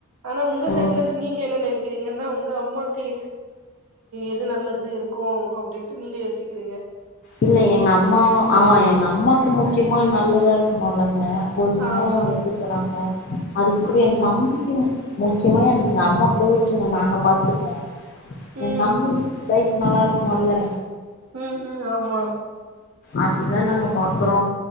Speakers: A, on the right; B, on the left.
A: ஆனா உங்க
B: ம்
A: சைடலருந்து நீங்க என்ன நெனைக் நீங்கன்னா உங்க அம்மாக்கு எது நல்லது இருக்கு அப்டின்ட்டு நீங்க யோசிக்கிறீங்க
B: இல்ல எங்க அம்மா ஆ எங்க அம்மாக்கு முக்கியமா நல்லதா இருக்கணும்லங்க ஒரு
A: ஆமா
B: நாள அவுங்க எக்கு தராங்க அதுக்கிப்பிடி
A: ஆமா
B: எ தம்பிக் முக்கியமா எங்க அம்மாகுட <unintelligible> நாங்க பாத்துப்போ ஏ
A: ம்
B: தம்பி கை நல்லா இருக்கணுல்ல
A: உம் உம் ஆமா
B: அதுதா நாங்க பாக்குறோ